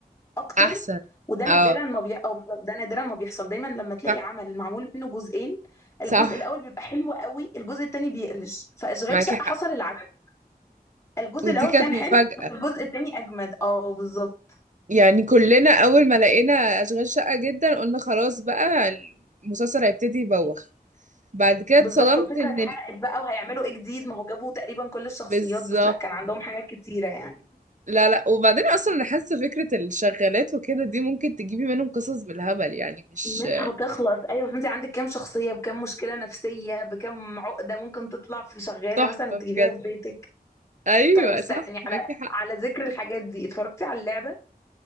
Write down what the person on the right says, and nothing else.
احسن
اه
صح
صح
معاكي
حق
ودي
كانت
مفاجأة
يعني كلنا اول ما لقينا اشغال شقة جدا قلنا خلاص بقى المسلسل هيبتدي يبوخ بعد كده
اتصدمت
ان
ال...
بالظبط
لا لا وبعدين اصلا انا حاسه فكره الشغالات وكده دي ممكن تجيبي منهم قصص بالهبل يعني مش
<laughs> تحفه
بجد
ايوه
صح معاكي
حق